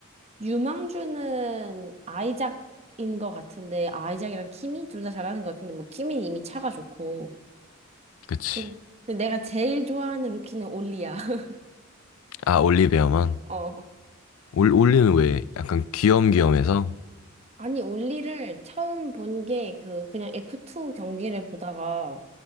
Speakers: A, on the right (about 30°); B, on the left (about 85°).
A: 유망주는 아이작인 것 같은데, 아이작이랑 키미? 둘 다 잘하는 것 같은데, 뭐, 키미는 이미 차가 좋고.
B: 그치
A: 그- 근데 내가 제일 좋아하는 루키는 올리야. <laughs>
B: 아 올리베어만
A: 어.
B: 올 올리는 왜 약간 귀염귀염해서
A: 아니, 올리를 처음 본 게 그, 그냥 F2 경기를 보다가